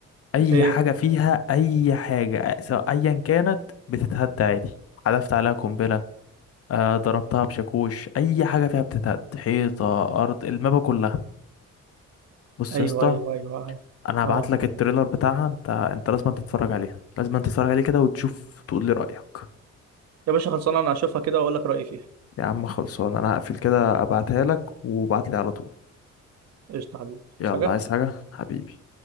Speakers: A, on the left; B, on the right.
A: اي
B: ايه
A: حاجة فيها اي حاجة سواء ايا كانت بتتهد عادي حذفت عليها قنبلة آه ضربتها بشاكوش اي حاجه فيها بتتهد حيطه ارض المابا كلها بص
B: ايوه
A: يا اسطى
B: ايوه ايوه عارف
A: انا هبعت
B: اه
A: لك التريلر بتاعها انت انت لازم تتفرج عليها لازم تتفرج عليه كده وتشوف تقول لي رايك
B: يا باشا خلصانه انا هشوفها كده واقول لك رايي فيها
A: يا عم خلصان انا هقفل كده ابعتها لك وابعت لي على طول
B: قشطه حبيبي
A: يلا
B: بس حاجه
A: عايز حاجه حبيبي